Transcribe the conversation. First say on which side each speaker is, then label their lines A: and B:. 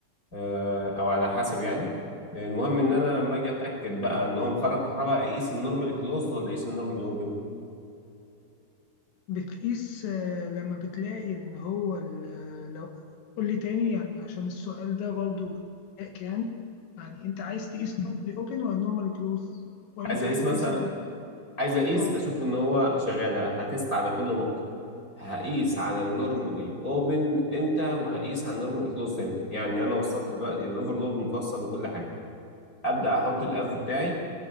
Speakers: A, on the left; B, on the left.
A: آه او على حسب يعني آه، المهم ان انا لما اجي اتاكد بقى ان هو مخرج كهرباء اقيس النورمالي كلوزد ولا اقيس النورمالي اوبن
B: بتقيس آه، لما بتلاقي ان هو ال- آه، لو قول لي تاني يعني عشان السؤال ده برضو شائك يعني يعني انت عايز تقيس نورمالي اوبن ولا نورمالي كلوز ولا
A: عايز
B: انت
A: اقيس
B: عايز
A: مثلا
B: تقيس ال-
A: عايز اقيس
B: اه
A: اشوف ان هو شغال هتست على كل نقطه هقيس على النورمالي اوبن امتى وهقيس على النورمالي كلوز امتى يعني انا وصلت دلوقتي الاوفرلود متوصل وكل حاجه ابدا احط الافو بتاعي